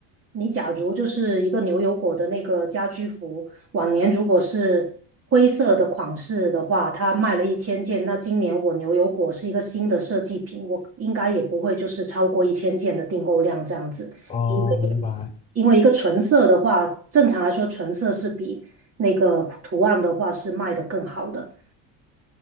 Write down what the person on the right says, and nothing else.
你假如就是一个牛油果的那个家居服，往年如果是灰色的款式的话，它卖了一千件，那今年我牛油果是一个新的设计品，我应该也不会就是超过一千件的订购量这样子，
因为因为一个纯色的话，
正常来说纯色是比那个图案的话是卖的更好的。